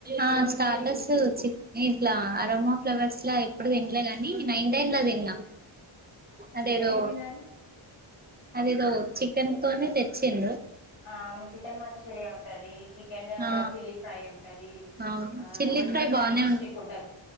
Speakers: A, on the right (about 20°); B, on the left (about 75°).
A: ా స్టాటస్చ్చ ఇట్లా అరోమా ఫ్లవర్స్ లా ఎప్పుడు తినలే ని నైన్ టైన్ లో తిన్నా అదేదో
B: అ దినలు
A: అది ఇదో చికెన్ తోనే తెచ్చిం
B: ఆ చికెన్ మంచూరియా ఉంటంది చికెన్
A: ఆ
B: చిల్లీ ఫ్రై ఉంటది
A: అవును
B: ఆ
A: చిల్లీ
B: చికెన్
A: ఫ్రై
B: మ్యాజీ
A: బానే
B: స్టిక్ ఉంటది